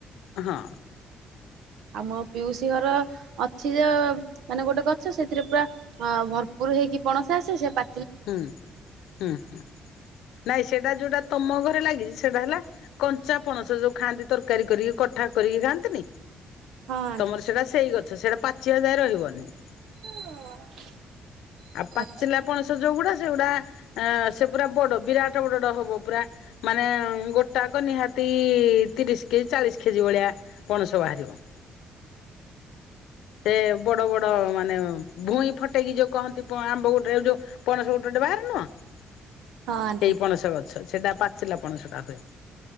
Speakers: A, on the left; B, on the right.
A: ହଁ
B: ଆମ ପିଉସି ଘର ଅଛି ଯେ ମାନେ ଗୋଟେ ଗଛ ସେଥିରେ ପୁରା ଆ ଭରପୁର ହେଇକି ପଣସ ଆସେ ସେ ପା
A: ହୁଁ ହୁଁ ହୁଁ ନାଇଁ ସେଟା ଯୋଉଟା ତମ ଗ ଲଗିଛି ସେଟା ହେଲା କଞ୍ଚା ପଣସ ଯୋଉ ଖାଆନ୍ତି ତରକାରୀ କରିକି କଠା କରିକି ଖାଆନ୍ତିନି
B: ହଁ ଆଣ୍ଟି।
A: ତମର ସେଟା ସେଇ ଗ ସେ ସେଟା ପାଚିବା ଯାଏ ରହିବନି ।
B: <unintelligible>
A: ଆଉ ପାଚିଲା
B: ହଁ
A: ପଣସ ଯୋଉଗୁଡା ସେଗୁଡା ଆଁ ସେ ପୁରା ବଡ ବିରାଟ ବଡ ଟେ ହବ ପୁରା ମାନେ ଗୋଟାକ ନିହାତି ତିରିଶ କେଜି ଚାଳିଶି କେଜି ଭଳିଆ ପଣସ ବାହାରିବ । ସେ ବଡ ବଡ ମାନେ ଭୂଇଁ ଫଟେଇକି ଯୋଉ କହନ୍ତି ପ ଆମ୍ବ ଗୋଟେ ଯୋଉ ପଣସ ଗୋଟେ ଗୋଟେ ବାହାରେ ନୁହଁ ।
B: ଆଣ୍ଟି
A: ସେଇ ପଣସ ଗଛ ସେଟା ପାଚିଲା ପଣସ ଟା ହୁଏ ।